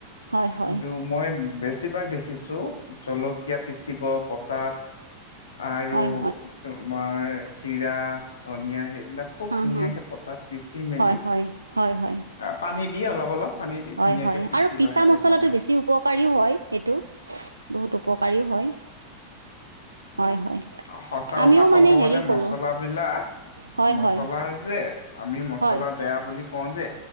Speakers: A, on the right; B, on the left.
A: হয় হয়
B: কিন্তু
A: হয়
B: মই বেছিভাগ দেখিছো। জলকীয়া পিচিব পটাত আৰু
A: হয় হয়
B: তোমাৰ জিৰা ধনিয়া সেইবিলাক খুব,
A: হা
B: ধুনীয়াকে
A: হা
B: পতাত পিচি মেলি
A: হয় হয় হয় হয়
B: আহ, পানী দি, অলপ অলপ পানী দি
A: হয়
B: ধুনীয়াকে
A: হয়
B: পিচি
A: পিছা
B: লয় আৰু
A: মছলাটো
B: বনাই।
A: বেছি উপকাৰীও হয়, সেইটো। বহুত উপকাৰীও হয়, হয়, হয়।
B: সঁচা
A: আমিও
B: কথা ক'ব
A: মানে হেৰি
B: গলে,
A: কৰোঁ
B: মচলাবিলাক
A: হয়
B: মচলাৰ
A: হয়
B: যে আমি মচলা
A: হয়
B: বেয়া বুলি কওঁ যে,